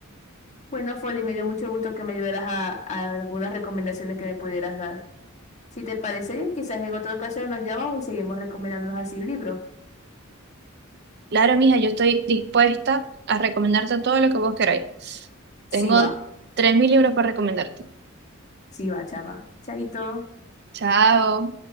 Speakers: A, on the left; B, on the right.
A: Bueno, Folly, me dio mucho gusto que me ayudaras a, a algunas recomendaciones que me pudieras dar. Si te parece bien, quizás en otra ocasión nos llamamos y seguimos recomendándonos así libros.
B: Claro, mija, yo estoy dispuesta a recomendarte todo lo que vos queráis.
A: Sí,
B: Tengo
A: va.
B: tres mil libros para recomendarte.
A: Sí, va, chava. Chaito.
B: Chao.